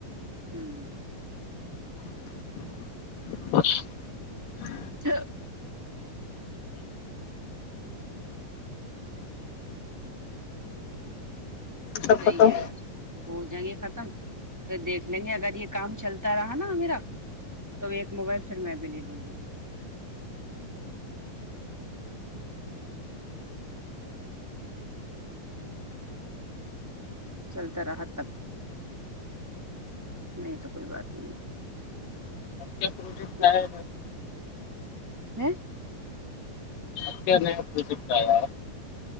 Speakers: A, in the centre; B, on the left (about 75°).
A: ہوں
B: <unintelligible>
A: چھ
B: سب
A: صحیح
B: ختم
A: ہے وہ جائیں گے ختم پھر دیکھ لیں گے اگر یہ کام چلتا رہا نا میرا تو ایک موبائل پھر میں ا بھی لے لوں گی چلتا رہا تب نہیں تو کوئی بات ہی نہیں
B: اب کیا پروجیکٹ
A: یار
B: ہے
A: ہے
B: اب کیا نیا پروجیکٹ ایا